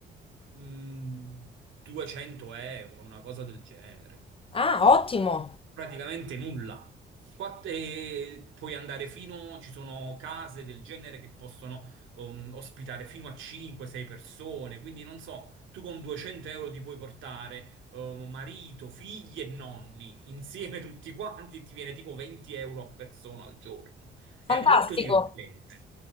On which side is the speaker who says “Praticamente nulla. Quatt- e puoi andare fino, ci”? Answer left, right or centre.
Right